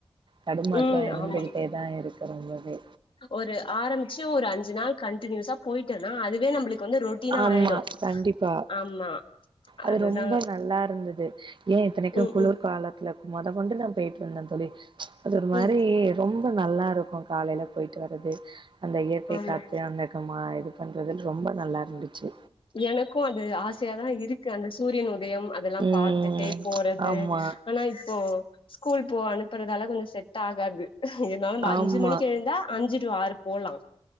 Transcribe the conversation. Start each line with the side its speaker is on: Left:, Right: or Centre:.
Right: தடுமாற்றோ
Left: ம்
Right: இருந்துகிட்டேதா
Left: ஆமா
Right: இருக்கு ரொம்பவே
Left: ஒரு ஆரமிச்சு ஒரு அஞ்சு நாள் கன்டினியூஸா போய்ட்டனா அதுவே நம்மளுக்கு வந்து ரொட்டினா
Right: ஆமா
Left: ஆய்டு
Right: கண்டிப்பா.
Left: ஆமா
Right: அது
Left: அதுதா
Right: ரொம்ப நல்லா இருந்தது ஏ இத்தனைக்கு
Left: ம்
Right: குளிர்
Left: ம்
Right: காலத் இல்ல மொத கொண்டு நா பேய்ட்ருந்த தோழி அது ஒரு மாரி
Left: ம்
Right: ரொம்ப நல்லா இருக்கு காலைல போய்ட்டு வர்றது அந்த இயற்கை
Left: ஆமா
Right: காத்து அந்த க மா இது பண்றதுன் ரொம்ப நல்லா இருந்துச்சு
Left: எனக்கு அது ஆசயாதா இருக்கு அந்த சூரியன் உதயம் அதெல்லா
Right: ம்
Left: பாத்துட்டே போறது
Right: ஆமா,
Left: ஆனா இப்போ ஸ்கூல் போ அனுப்புறதால கொஞ்சோ செட் ஆகாது இருந்தாலு அந்த அஞ்சு
Right: ஆமா.
Left: மணிக்கு எழுந்தா அஞ்சு டு ஆறு போலா